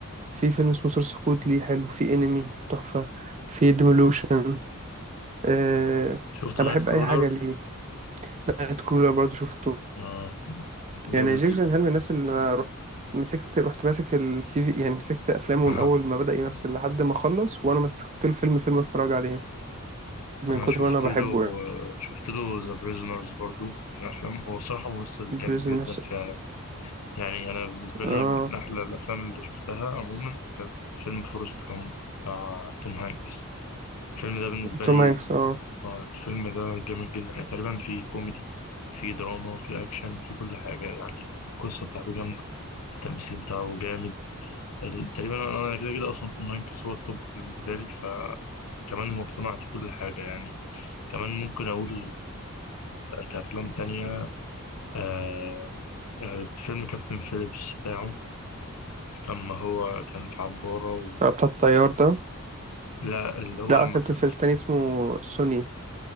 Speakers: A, on the right; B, on the left.
A: في فيلم اسمه سورس كود ليه حلو في انمي تحفة في ديمولوشن أه
B: شفت
A: انا
B: نايت
A: بحب
B: كرولر
A: اي حاجة ليه نايت كرولر برضو شفته
B: آه جامد
A: يعني جاك
B: جدا
A: جينهال من الناس اللي انا رحت مسكت رحت ماسك السي في يعني مسكت افلامه
B: أها.
A: من اول ما بدأ يمثل لحد ما خلص وانا مسكت له فيلم فيلم اتفرج عليه من
B: أنا
A: كتر
B: شفت
A: ما انا بحبه
B: له
A: يعني
B: شفت له ذا بريزونرز برضو من الأفلام هو صراحة ممثل
A: بريزون
B: جامد جدا
A: نفسه
B: فعلا يعني أنا بالنسبة
A: اه
B: لي من أحلى الأفلام اللي شفتها عموما كان فيلم فورست كامب بتاع توم هانكس الفيلم ده بالنسبة
A: توم
B: لي
A: هانكس اه
B: آه، الفيلم ده جامد جدا يعني تقريبا في كوميدي في دراما في أكشن في كل حاجة يعني القصة بتاعته جامدة التمثيل بتاعه جامد ال- تقريبا أنا أنا كده كده أصلا توم هانكس هو التوب بالنسبة لي فكمان هو اقتنع في كل حاجة يعني كمان ممكن أقول آه، كأفلام تانية آه، آه، فيلم كابتن فيليبس بتاعه لما هو كان في عبارة و...
A: آه، بتاع الطيار ده
B: لا اللي هو
A: لا
B: لما
A: كابتن
B: كان
A: فارس
B: في...
A: تاني اسمه سوني